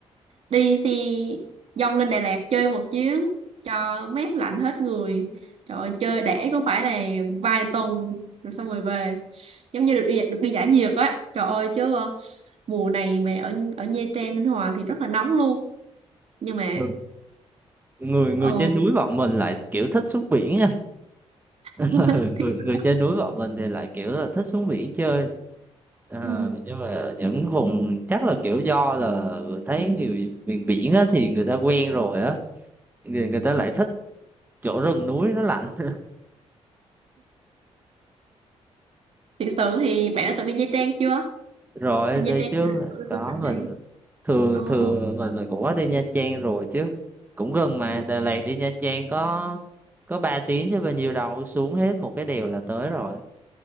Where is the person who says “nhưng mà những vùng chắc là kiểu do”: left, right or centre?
Right